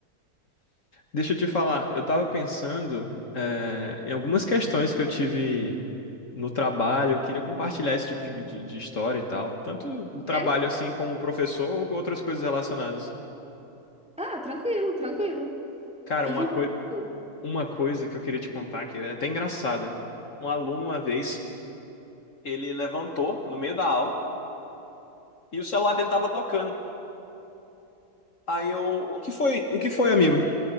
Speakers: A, on the left; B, in the centre.
A: deixa eu te falar, eu tava pensando, eh, em algumas questões que eu tive no trabalho, eu queria compartilhar esse tipo de, de- de história e tal, tanto no
B: Ok.
A: trabalho assim como professor ou com outras coisas relacionadas.
B: Ah, tranquilo, tranquilo. O
A: Cara,
B: que
A: uma,
B: que aconteceu?
A: coi- uma coisa que eu queria te contar, que é até engraçada. Um aluno uma vez, ele levantou no meio da aula. E o celular dele tava tocando. Aí eu, O que foi, o que foi, amigo?